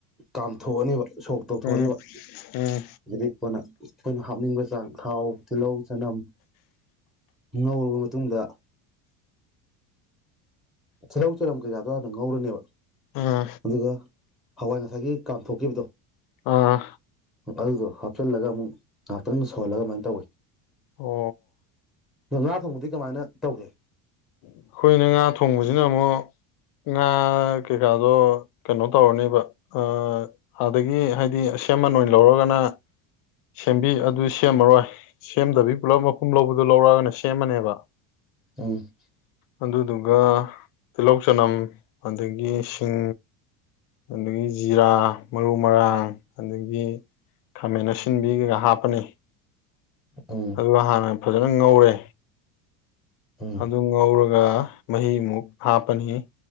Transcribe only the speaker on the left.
ꯎꯝ ꯎꯝ
ꯑꯥ
ꯑꯥ
ꯑꯣ
ꯑꯩꯈꯣꯏꯅ ꯉꯥ ꯊꯣꯡꯕꯁꯤꯅ ꯑꯃꯨꯛ ꯉꯥ ꯀꯩꯀꯥꯗꯣ ꯀꯩꯅꯣ ꯇꯧꯔꯅꯦꯕ ꯑꯥ---ꯑꯥꯗꯒꯤ ꯍꯥꯏꯗꯤ ꯑꯁꯦꯝꯃꯟ ꯑꯣꯏꯅ ꯂꯧꯔꯒꯅ ꯁꯦꯝꯕꯤ ꯑꯗꯨ ꯁꯦꯝꯃꯔꯣꯏ ꯁꯦꯝꯗꯕꯤ ꯄꯨꯂꯞ ꯃꯄꯨꯝ ꯂꯧꯕ ꯑꯗꯨ ꯂꯧꯔꯑꯒꯅ ꯁꯦꯝꯃꯅꯦꯕ
ꯑꯗꯨꯗꯨꯒ ꯇꯤꯜꯍꯧ ꯆꯅꯝ ꯑꯗꯒꯤ ꯁꯤꯡ ꯑꯗꯒꯤ ꯖꯤꯔꯥ ꯃꯔꯨ ꯃꯔꯥꯡ ꯑꯗꯒꯤ ꯈꯥꯃꯦꯟ ꯑꯁꯤꯟꯕꯤꯒ ꯍꯥꯞꯄꯅꯤ
ꯑꯗꯨꯒ ꯍꯥꯟꯅ ꯐꯖꯅ ꯉꯧꯔꯦ
ꯑꯗꯨ ꯉꯧꯔ ꯒ ꯃꯍꯤꯃꯨꯛ ꯍꯥꯞꯄꯅꯤ